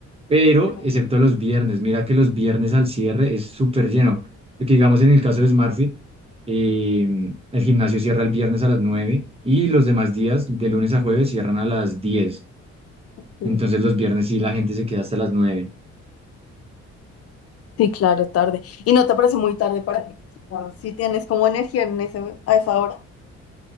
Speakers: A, on the right; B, on the left.
A: pero
B: claro.
A: excepto los viernes, mira que los viernes al cierre es súper lleno, porque digamos en el caso de SmartFit, em, el gimnasio cierra el viernes a las 9 y los demás días, de lunes a jueves, cierran a las diez
B: Sí,
A: Entonces los viernes sí la gente se queda hasta las nueve.
B: Sí, claro, tarde. ¿Y no te parece muy tarde para ti? Si tienes como energía en ese, a esa hora.